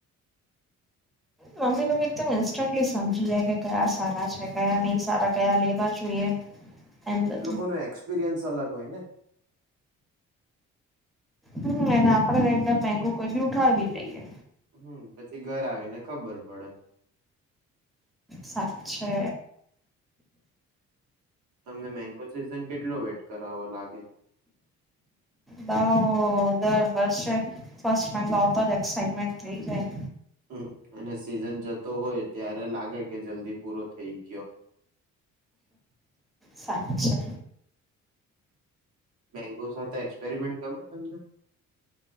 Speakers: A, in the centre; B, on the right.
A: મમ્મી લોકો એકદમ ઇન્સ્ટન્ટલી સમજી જાય કે કયા સારા છે કયા નહી સારા કયા લેવા જોઈએ. એમ બધું.
B: એ લોકો ન એક્સપિરિયન્સ અલગ હોય ને
A: હમ્મ એ આપડે <unintelligible> કોઈ બી ઉઠાવી લઈએ
B: હમ્મ. થી ઘર આવીને ખબર પડે.
A: સાચે
B: તમને મેંગો ચુઝન કેટલો વેટ કરાવો લાગે?
A: દવ દર વર્ષે ફર્સ્ટ મેંગો આવતા જ એક્સઇટમેન્ટ થઈ જાય.
B: હમ્મ અને સિઝન જતો હોય ત્યારે લાગે કે જલ્દી પૂરો થઈ ગયો.
A: સાચે
B: મેંગો સાથે એક્સપેરિમેન્ટ ગમે તમને